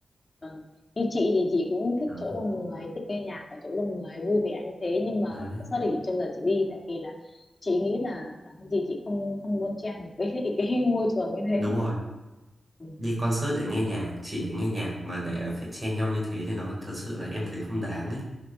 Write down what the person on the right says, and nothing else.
đó.
đấy
đúng rồi
đi concert để nghe nhạc chỉ để nghe nhạc mà để phải chen nhau như thế thì nó thật sự là em thấy không đáng ấy